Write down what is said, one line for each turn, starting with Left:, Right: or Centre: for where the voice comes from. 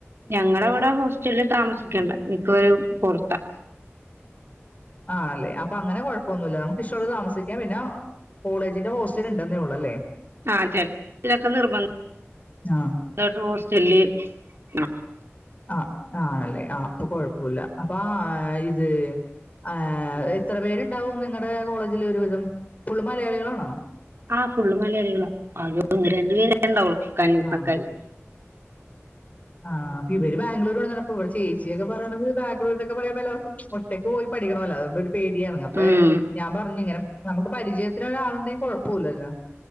Right: ഞങ്ങളെ ഇവടെ ഹോസ്റ്റലിൽ താമസിക്കണ്ട മിക്കവെരും പൊർത്താ
Left: ആണല്ലേ അപ്പൊ അങ്ങെനെ കൊഴപ്പൊന്നുല്ല്യാ നമുക്ക് ഇഷ്ട്ടൊള്ളോടത്ത് താമസിക്കാം പിന്ന ഹാ കോളേജിന്റെ ഹോസ്റ്റൽ ഇണ്ടന്നെള്ളൂ അല്ലേ?
Right: <inaudible>
Left: ആ ആഹ് ആണല്ലേ ആ അപ്പൊ കൊഴപ്പൊല്ലാ അപ്പാ ആ ഇത് ആ എഹേ എത്ര പേരുണ്ടാവും നിങ്ങളുടെ കോളേജിൽ ഒരുവിധം ഫുള്ള് മലയാളികളാണോ?
Right: ആഹ് ഫുള് മലയാളികളാ അത് ഒന്ന് രണ്ടുപേരെ ഇണ്ടാവാെള്ളൂ <unintelligible>
Left: ആ ആഹ് ഇവെര് ബാംഗ്ലൂർവാണ് അപ്പ ഇവടെ ചേച്ചിയൊക്കെ പറയ്ണത് ബാംഗ്ലൂരിലൊക്കെ പറയ്മ്പോ എല്ലാർക്കും ഒറ്റയ്ക്ക് പോയി പഠിക്കണോലോ അതോണ്ടൊരു പേടിയാണ് അപ്പെ
Right: ഉം
Left: ഞാൻ പർഞ്ഞ് ഇങ്ങെനെ ഞമ്മക്ക് പരിചയത്തിന് ഒരാളുണ്ടെങ്കി കൊഴപ്പൊല്ലല്ലോ